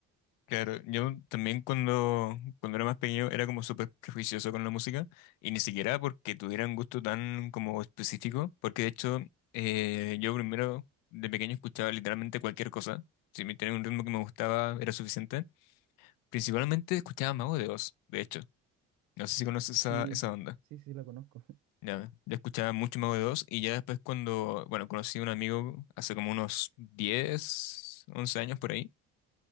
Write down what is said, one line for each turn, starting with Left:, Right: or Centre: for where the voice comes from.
Left: Claro, yo también cuando, cuando era más pequeño era como súper prejuicioso con la música y ni siquiera porque tuviera un gusto tan como específico, porque de hecho eh, yo primero de pequeño escuchaba literalmente cualquier cosa, si me tenía un ritmo que me gustaba era suficiente, principalmente escuchaba Mago de Oz, de hecho, no sé si conoces esa,
Right: Sí,
Left: esa onda,
Right: sí, sí, la conozco. <laughs>
Left: ya, yo escuchaba mucho Mago de Oz y ya después cuando, bueno, conocí a un amigo hace como unos 10, 11 años por ahí,